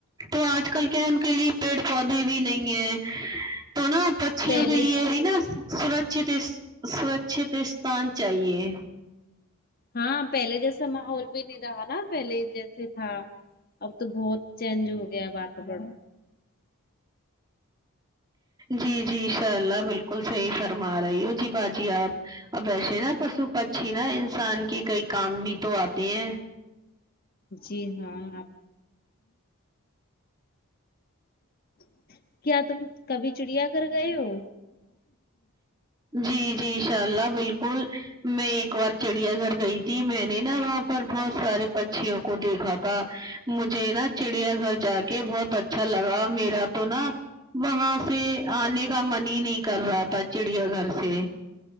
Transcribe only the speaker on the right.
تو آج کل کیا ہے ان کے لیے پیڑ پودے بیوی نہیں ہے تو نہ پچھیوں
کے لیے بھی نہ سوراکشیت سوراکشیت استان چاہیے
جی جی انشاء اللہ بالکل صحیح فرما رہی ہو جی باجی آپ اب ویسے نہ پشو پکشی نہ انسان کے کئی کام بھی تو آتے ہیں
جی جی ان شاء اللہ بالکل میں ایک بار چڑیا گھر گئی تھی میں میں نہ وہاں پر بہت سارے پچھیوں کو دیکھا تھا مجھے نا چڑیا گھر جا کہ بہت اچھا لگا میرا تو نہ وہاں سے آنے کا من ہی نہیں کر رہا تھا چڑیا گھر سے